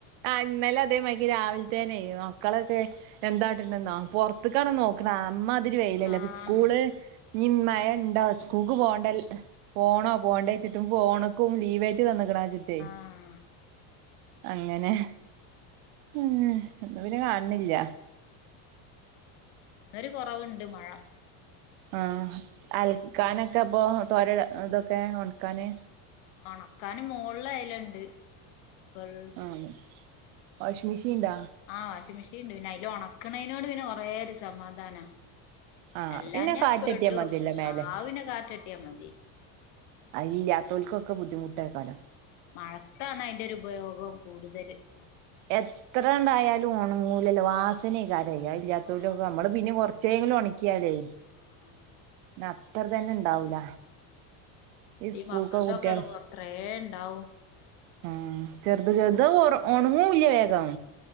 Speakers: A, on the right; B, on the left.
A: ആ ഇന്നലെ അതേമാതിരിക്ക്‌ രാവിൽത്തേനെ മക്കളൊക്കെ
B: ഉം
A: എന്താട്ട്ണ്ന്നോ പുറത്ക്കാണ് നോക്കണെ അ വെയിലല്ലോ
B: ആഹ്
A: സ്കൂള് ഇ മഴ ഉണ്ടോ സ്കൂൾക്ക് പോകണ്ടല്ലോ പോണോ പോണണ്ടെ വെച്ചിട്ടും ഫോണ്ക്കും ലീവായിട്ട് തന്ന്ക്ക്‌ണോച്ചിട്ടേ
B: ആഹ്
A: അങ്ങനെ
B: ഉം
A: ഉും ഇപ്പോവരെ കാണണില്ല
B: ന്നൊരു കൊറവ്ണ്ട് മഴ
A: ആ അൽക്കാനൊക്കെ അപ്പൊ തോരട ഇതൊക്കെ ഒണക്കാന്
B: ഒണക്കാന് മോള്ലയല്ണ്ട് വെള്ള
A: ആഹ് വാഷിംഗ് മെഷീൻ ഇണ്ടാ
B: ആ വാഷിമിഷീൻ ഷീണ്ട് പിന്നെ അയ്ലൊണക്ക്‌ണെയ്നോണ്ട് പിന്നെ കൊറേ ഒരു സമാധാന
A: ആഹ്
B: അല്ലാഞാ
A: പിന്നെ കാറ്റട്ടിയാ
B: പെടും
A: മതിയല്ലോ
B: മ്മള്
A: മേലെ
B: ആ പിന്നെ കാറ്റട്ട്യാ മതി
A: അയില്ലാത്തോൽക്കൊക്കെ ബുദ്ധിമുട്ടേക്കാരം
B: മഴക്കാണയിന്റോരു പയോഗം കൂടുതല് ഒണക്കണേന്റെ
A: എത്ര ഉണ്ടായാലും ഓണങ്ങൂലല്ല വാസനക്കാരയ ഇല്ലാത്തര
B: ആഹ്
A: നമ്മള് പിന്നെ കൊറ ച്ചെങ്കിലും ഒണക്ക്യാലെ
B: ആഹ് ആഹ്
A: ന്ന അത്ര തെന്നെ ണ്ടാവൂല
B: ഉം
A: ഈ സ്കൂൾക്കൊ
B: മക്കൾതൊക്കെ
A: കുട്ട്യാളെ
B: കൊറേ ഇണ്ടാവും
A: ആ ചെർത് ചെർ ത് ഒർ ഒണങ്ങുല്ല വേഗം